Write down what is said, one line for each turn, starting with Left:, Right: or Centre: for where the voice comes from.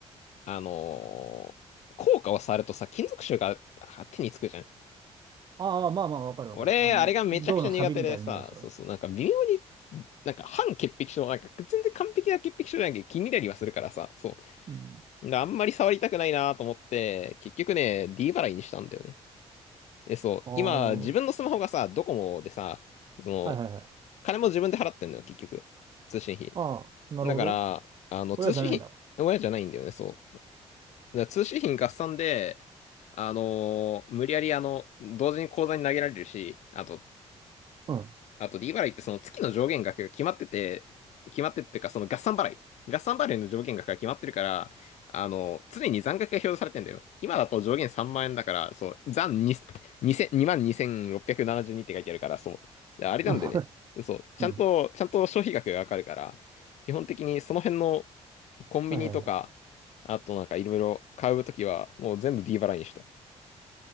Left: あの、硬貨を触るとさ、金属臭があ手につくじゃん。
Right: ああ、まあまあ、わかるわかる。
Left: 俺、
Right: あの、
Left: あれがめちゃくちゃ苦手でさ、
Right: 銅のサビみたいな匂いでしょ。
Left: そうそう、なんか微妙に、なんか半潔癖症、なんか全然完璧な潔癖症じゃなきゃ気になりはするからさ、そ
Right: うん。
Left: う。だからあんまり触りたくないなと思って、結局ね、D 払いにしたんだよね。え、そう、
Right: ああ、
Left: 今、
Right: なるほど。
Left: 自分のスマホがさ、ドコモでさ、その、
Right: はいはいはい。
Left: 金も自分で払ってんのよ、結局。通信費。
Right: ああ、なるほど。
Left: だから、あの、通信費、
Right: 親じゃないんだ。
Left: 親じゃないんだよね、そう。だから通信費合算で、あのー無理やり、あの、同時に口座に投げられるし、あと、
Right: うん。
Left: あと D 払いってその月の上限額が決まってて、決まってっていうかその合算払い。合算払いの上限額が決まってるから、あの、常に残額が表示されてんだよ。今だと上限3万円だから、そう、残2、2000 22,672っぴゃくななじゅうにって書いてあるから、そう。あれなんでね、
Right: <laughs>
Left: そう、ちゃんと、
Right: うん。
Left: ちゃんと消費額がわかるから、基本的にその辺のコンビニとか、
Right: はいはいはい。
Left: あとなんかいろいろ買うときは、もう全部 D 払いにした。